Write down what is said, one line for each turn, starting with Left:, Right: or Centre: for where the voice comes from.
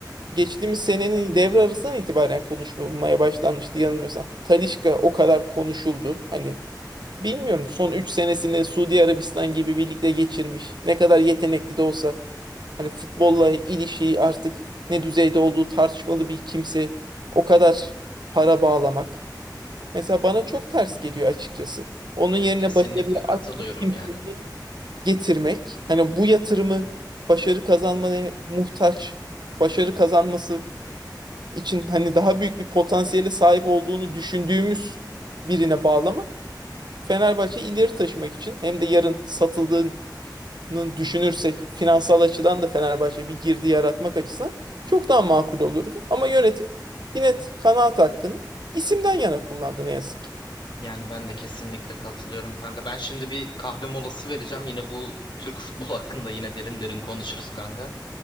Right: geçtiğimiz senenin devre arasından itibaren konuşulmaya başlanmıştı yanılmıyorsam. Talisca o kadar konuşuldu. Hani bilmiyorum son 3 senesinde Suudi Arabistan gibi birlikte geçirmiş. Ne kadar yetenekli de olsa Hani futbolla ilişiği artık ne düzeyde olduğu tartışmalı bir kimse o kadar para bağlamak. Mesela bana çok ters geliyor açıkçası. Onun
Left: Yani
Right: yerine
Left: kesinlikle
Right: başarıya
Left: katılıyorum
Right: aç bir kimseyi
Left: yani.
Right: getirmek. Hani bu yatırımı başarı kazanmaya muhtaç, başarı kazanması için hani daha büyük bir potansiyele sahip olduğunu düşündüğümüz birine bağlamak. Fenerbahçe ileri taşımak için hem de yarın satıldığı düşünürsek finansal açıdan da Fenerbahçe bir girdi yaratmak açısından çok daha makul olurdu. Ama yönetim yine kanaat hakkını isimden yana kullandı ne yazık ki.
Left: Yani ben de kesinlikle katılıyorum kanka. Ben şimdi bir kahve molası vereceğim. Yine bu Türk futbol hakkında yine derin derin konuşuruz kanka.